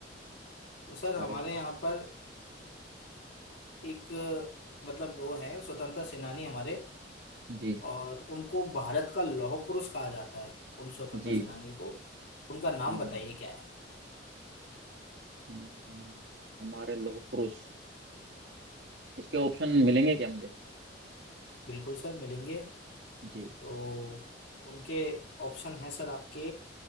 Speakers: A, on the left (about 70°); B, on the right (about 65°).
A: तो सर हमारे
B: सारा शुरू
A: यहाँ पर एक मतलब वो है स्वतंत्रता सेनानी हमारे
B: जी
A: और उनको भारत का लौह पुरुष कहा जाता है उन स्वतंत्रता
B: जी
A: सेनानी को उनका नाम
B: हाँ
A: बताइए
B: जी हाँ जी।
A: क्या है
B: हम्म, हमारे लौह पुरुष इसके ऑप्शन मिलेंगे क्या मुझे
A: बिल्कुल सर मिलेंगे
B: जी
A: तो उनके ऑप्शन हैं सर आपके